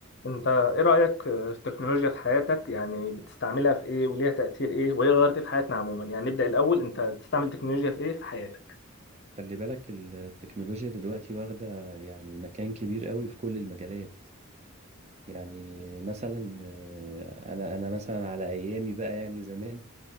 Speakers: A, on the left; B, on the right.
A: انت ايه رأيك في التكنولوجيا في حياتك يعني بتستعملها في ايه وليها تأثير ايه وهي غيرت ايه في حياتنا عموما يعني نبدأ الاول انت بتستعمل تكنولوجيا في ايه في حياتك
B: خلي بالك التكنولوجيا دلوقتي واخدة يعني مكان كبير قوي في كل المجالات يعني مثلا آه، انا انا مثلا على ايامي بقى يعني زمان